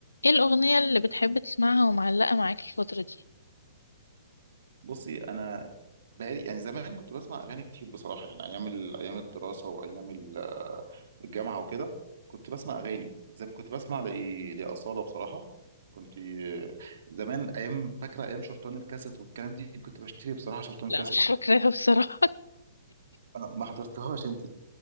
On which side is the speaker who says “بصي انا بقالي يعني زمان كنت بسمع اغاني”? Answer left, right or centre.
Right